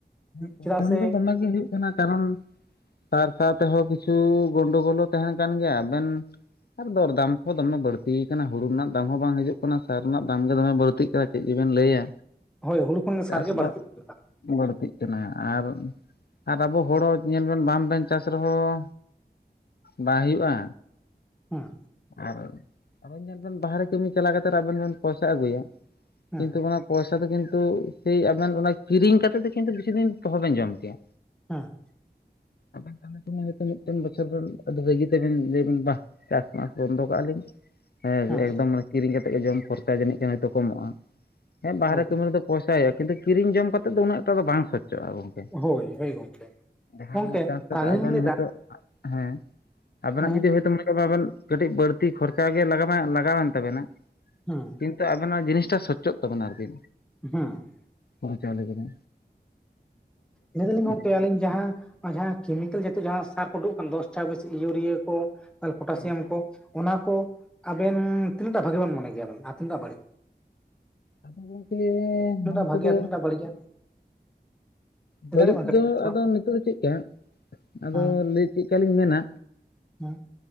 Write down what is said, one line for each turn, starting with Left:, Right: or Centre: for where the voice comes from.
Left: ᱯᱨᱚᱵᱮᱞᱮᱢ
Centre: ᱪᱮᱫᱟᱜ ᱥᱮ
Left: ᱫᱚ ᱫᱚᱢᱮ ᱜᱮ ᱦᱩᱭᱩᱜ ᱠᱟᱱᱟ ᱠᱟᱨᱚᱱ ᱥᱟᱨ ᱥᱟᱶ ᱛᱮᱦᱚᱸ ᱠᱤᱪᱷᱩ ᱜᱚᱱᱰᱳᱜᱳᱞᱳ ᱛᱟᱦᱮ ᱠᱟᱱ ᱜᱮᱭᱟ ᱟᱵᱮᱱ, ᱟᱨ ᱫᱚᱨ ᱫᱟᱢ ᱠᱚ ᱫᱚᱢᱮ ᱵᱟᱹᱲᱛ ᱟᱠᱟᱱᱟ ᱦᱩᱲᱩ ᱨᱮᱱᱟᱜ ᱫᱟᱢ ᱦᱚᱸ ᱵᱟᱝ ᱦᱤᱡᱩᱜ ᱠᱟᱱᱟ ᱥᱟᱨ ᱨᱮᱱᱟᱜ ᱫᱟᱢ ᱜᱮ ᱫᱚᱢᱮ ᱵᱟᱹᱲᱛᱤᱜ <inaudible> ᱪᱮᱫ ᱜᱮᱵᱮᱱ ᱞᱟᱹᱭᱟ
Centre: ᱦᱳᱭ ᱦᱩᱲᱩ ᱠᱷᱚᱱ ᱢᱟ
Left: ᱪᱟᱥ
Centre: ᱥᱟᱨᱜ ᱜᱮ ᱵᱟᱹᱲᱛᱤᱜ
Left: ᱵᱟᱥ
Centre: <inaudible>
Left: ᱵᱟᱹᱲᱛᱤᱜ ᱠᱟᱱᱟ ᱟᱨ ᱟᱨ ᱟᱵᱚ ᱦᱚᱲ ᱦᱚ ᱧᱮᱞ ᱵᱮᱱ ᱵᱟ ᱵᱮᱱ ᱪᱟᱥ ᱨᱮᱦᱚᱸ ᱵᱟᱭ ᱦᱩᱭᱩᱜᱼᱟ᱾
Centre: ᱦᱩᱸ
Left: ᱟᱨ ᱟᱵᱮᱱ ᱧᱮᱞ ᱵᱮᱱ ᱵᱟᱦᱨᱮ ᱠᱟᱹᱢᱤ ᱪᱟᱞᱟᱣ ᱠᱟᱛᱮ ᱟᱵᱮᱱ ᱵᱮᱱ ᱯᱚᱭᱥᱟ ᱟᱹᱜᱩᱭᱟ
Centre: ᱦᱮᱸ
Left: ᱠᱤᱱᱛᱩ ᱚᱱᱟ ᱯᱚᱭᱥᱟ ᱫᱚ ᱠᱤᱱᱛᱩ ᱥᱮᱭ ᱟᱵᱮᱱ ᱟᱱᱟ ᱠᱤᱨᱤᱧ ᱠᱟᱛᱮ ᱫᱚ ᱠᱤᱱᱛᱩ ᱵᱮᱥᱤ ᱚᱦᱚ ᱵᱮᱱ ᱡᱚᱢ ᱠᱮᱭᱟ᱾
Centre: ᱦᱮᱸ
Left: <inaudible> ᱢᱤᱫᱴᱮᱱ ᱵᱚᱪᱷᱚᱨ ᱟᱹᱰᱤ ᱨᱟᱹᱜᱤ ᱛᱮᱵᱮᱱ ᱞᱟᱹᱭᱟᱵᱱ ᱵᱟ ᱵᱚᱱᱫᱚ ᱠᱟᱜ ᱟᱞᱤᱧ
Centre: ᱦᱮᱸ
Left: ᱮᱠᱫᱚᱢ ᱢᱟᱱ ᱠᱤᱨᱤᱧ ᱠᱟᱛᱮᱜ ᱜᱮ ᱡᱚᱢ ᱠᱷᱚᱨᱪᱟ ᱡᱟᱹᱱᱤᱡ ᱠᱷᱟᱱ ᱦᱚᱭᱛᱳ ᱠᱚᱢᱚᱜᱼᱟ᱾ ᱦᱮᱸ ᱵᱟᱦᱨᱮ
Centre: ᱦᱳᱭ
Left: ᱠᱟᱹᱢᱤ ᱨᱮ ᱫᱚ ᱯᱚᱭᱥᱟ ᱦᱩᱭᱩᱜᱼᱟ ᱠᱤᱱᱛᱩ ᱠᱤᱨᱤᱧ ᱡᱚᱢ ᱠᱟᱛᱮ ᱫᱚ ᱩᱹᱱᱮᱠ ᱴᱟ ᱫᱚ ᱵᱟᱝ ᱥᱚᱪ ᱪᱚᱜ-ᱟ ᱜᱚᱝᱠᱮ
Centre: ᱦᱳᱭ ᱦᱳᱭ ᱜᱚᱝᱠᱮ
Left: ᱡᱟᱦᱟᱸ
Centre: ᱜᱚᱝᱠᱮ
Left: ᱚᱱᱟ ᱪᱟᱥ ᱠᱟᱛᱮ
Centre: ᱟᱨ ᱟᱹᱞᱤᱧ
Left: ᱟᱵᱮᱱ
Centre: ᱞᱤᱧ ᱞᱟᱹᱭᱫᱟ
Left: ᱦᱚᱭᱛᱳ ᱦᱮᱸ ᱟᱵᱮᱱᱟᱜ
Centre: ᱦᱮᱸ
Left: ᱡᱩᱫᱤ ᱦᱭᱛᱳ ᱢᱚᱱᱮ ᱠᱟᱜ ᱵᱮᱱ ᱠᱟᱹᱴᱤᱡ ᱵᱟᱹᱲᱛᱤ ᱠᱷᱚᱨᱪᱟ ᱜᱮ ᱞᱟᱜᱟᱣ ᱞᱟᱜᱟᱣᱮᱱ ᱛᱟᱵᱮᱱᱟ
Centre: ᱦᱮᱸ
Left: ᱠᱤᱱᱛᱩ ᱟᱵᱮᱱ ᱱᱚᱣᱟ ᱡᱤᱱᱤᱥ ᱴᱟ ᱥᱚᱪᱪᱚᱜ ᱛᱟᱵᱮᱱᱟ ᱟᱨ ᱠᱤ᱾
Centre: ᱦᱮᱸ
Left: ᱦᱚᱨᱩ ᱪᱟᱣᱞᱮ ᱠᱚᱨᱮ᱾
Centre: ᱞᱟᱹᱭ ᱫᱚᱞᱤᱧ ᱜᱚᱝᱠᱮ
Left: ᱠᱟᱜ
Centre: ᱟᱹᱞᱤᱧ ᱡᱟᱦᱟᱸ ᱟᱨ ᱡᱟᱦᱟᱸ ᱠᱮᱢᱤᱠᱮᱞ ᱡᱟᱛᱮ ᱡᱟᱦᱟ ᱥᱟᱨ ᱠᱚ ᱩᱰᱩᱠ ᱠᱟᱱ ᱫᱚᱥ ᱪᱟᱵᱤᱥᱤ ᱤᱭᱩᱨᱤᱭᱟ ᱠᱚ ᱯᱚᱴᱟᱥᱤᱭᱟᱢ
Left: ᱠᱟᱱᱟ
Centre: ᱠᱚ ᱚᱱᱟ ᱠᱚ ᱟᱵᱮᱱ ᱛᱤᱱᱟᱹᱜ ᱴᱟᱜ ᱵᱷᱟᱜᱤᱵᱱ ᱢᱚᱱᱮ ᱜᱮᱭᱟ ᱵᱮᱱ ᱟᱨ ᱛᱤᱱᱟᱹᱜ ᱴᱟᱜ ᱵᱟᱹᱲᱤᱡ?
Left: ᱟᱫᱚ ᱜᱚᱝᱠᱮ
Centre: ᱛᱤᱱᱟᱹᱜ
Left: ᱱᱚᱣᱟ
Centre: ᱴᱟ ᱵᱷᱟᱜᱮᱭᱟ
Left: ᱠᱚᱫᱚ
Centre: ᱛᱤᱱᱟᱹᱜ ᱴᱟ ᱵᱟᱹᱲᱤᱡᱼᱟ ᱞᱟᱹᱭ
Left: ᱵᱟᱹᱲᱤᱡ
Centre: ᱫᱟᱲᱮᱭᱟᱜ ᱵᱮᱱ ᱠᱟᱹᱴᱤᱡ
Left: ᱫᱚ
Centre: ᱛᱷᱚᱲᱟ
Left: ᱟᱫᱚ ᱱᱤᱛᱚᱜ ᱫᱚ ᱪᱮᱫᱠᱟ ᱟᱫᱚ
Centre: ᱦᱮᱸ
Left: ᱞᱮᱹᱭ ᱪᱮᱫ ᱠᱟᱞᱤᱧ ᱢᱮᱱᱟ
Centre: ᱦᱮᱸ